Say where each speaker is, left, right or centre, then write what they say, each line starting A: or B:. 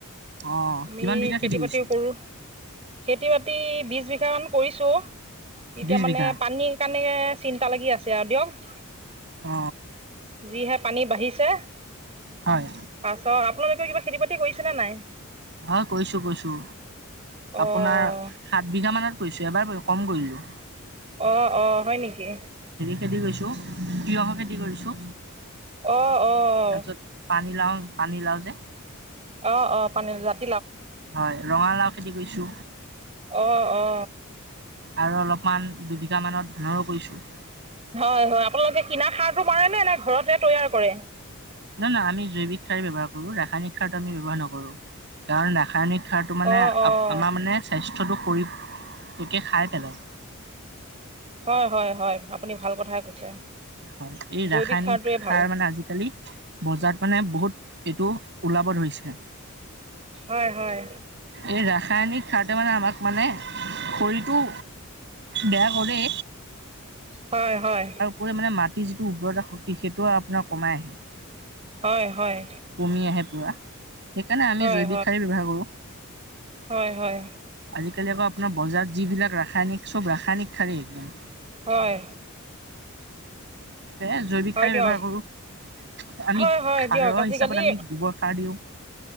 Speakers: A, on the right; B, on the right.
A: অ
B: আমি
A: কিমান বিঘা
B: খেতি-বাতিও
A: খেতি কৰিছে
B: কৰো। খেতি-বাতি বিছ বিঘা মান কৰিছো, এতিয়া
A: বিশ
B: মানে
A: বিঘা
B: পানীৰ কাৰণে চিন্তা লাগি আছে আৰু দিয়ক।
A: অ'।
B: যিহে পানী বাঢ়িছে,
A: হয়,
B: পাছত আপোনালোকে কিবা খেতি-বাতি কৰিছেনে নাই?
A: হয় কৈছো-কৈছো
B: অঁ
A: আপোনাৰ সাত বিঘা মানত কৈছো এবাৰ কম কৰিলোঁ।
B: অ, অ, হয় নেকি?
A: খেতি কৰিছো, তিয়হো খেতি কৰিছো,
B: অঁ অঁ
A: তাৰপিছত পানীলাও পানী লাও যে।
B: অ, অ, পানীজাত
A: হয় ৰঙালাও খেতি কৰিছো।
B: অ, অ।
A: আৰু অলপমান দুবিঘা মানত ধানৰো কৰিছোঁ।
B: হয়, হয়, আপোনালোকে কিনা সাৰটো মাৰে নে, নে ঘৰতে তৈয়াৰ কৰে?
A: নহয় নহয় আমি জৈৱিক সাৰেই ব্যৱহাৰ কৰো, ৰাসায়নিক সাৰতো আমি ব্যৱহাৰ নকৰো, কাৰণ ৰাসায়নিক শিক্ষাটো মানে
B: অ', অ',
A: আমাৰ মানে স্বাস্থ্যটো কৰি। তোকে খাই পেলাই।
B: হয়, হয়, হয়, আপুনি ভাল কথাই কৈছে।
A: হয়, এই
B: জৈৱিক
A: ৰাসায়নিক
B: সাৰটোৱে ভাল।
A: সাৰ মানে আজিকালি বজাৰত মানে বহুত এইটো ওলাব ধৰি পইছা
B: হয়। হয়,
A: এই ৰাসায়নিক সাৰটোৱে মানে আমাক মানে শৰীৰটো বেয়া কৰে
B: হয় হয়।
A: কৰি মানে মাটিৰ যিটো উৰ্বৰতা শক্তি সেইটো আৰু আপোনাৰ কমাই আহে।
B: হয়, হয়।
A: কমি আহে পুৰা সেইকাৰণে আমি
B: হয়,
A: জৈৱিক
B: হয়,
A: সাৰেই ব্যৱহাৰ কৰো।
B: হয়, হয়,
A: আজিকালি আকৌ আপোনাৰ বজাৰত যিবিলাক ৰাসায়নিক চব ৰাসায়নিক সাৰেই একদম।
B: হয়।
A: এ জৈৱিক
B: হয়
A: সাৰে
B: দিয়ক।
A: ব্যৱহাৰ কৰো। আমি
B: হয়, হয়
A: খাৰৰ
B: দিয়ক আজিকালি
A: হিচাপত আমি গোবৰ সাৰ দিওঁ।